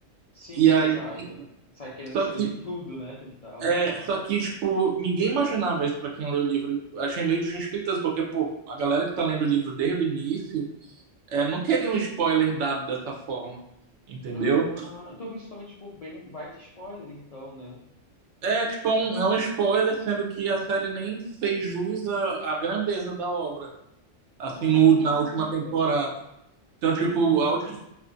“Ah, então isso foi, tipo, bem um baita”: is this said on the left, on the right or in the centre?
Left